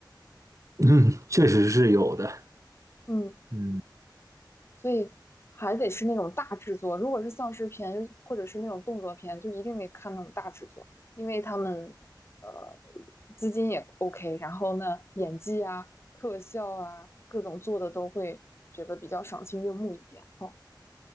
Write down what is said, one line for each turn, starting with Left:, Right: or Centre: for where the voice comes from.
Right: <laughs>。嗯，确实是有的。
Left: 嗯，
Right: 嗯，
Left: 所以还得是那种大制作。如果是丧尸片，就或者是那种动作片，就一定得看那种大制作，因为他们呃资金也 OK，然后呢演技啊、特效啊各种做的都会觉得比较赏心悦目一点。哦，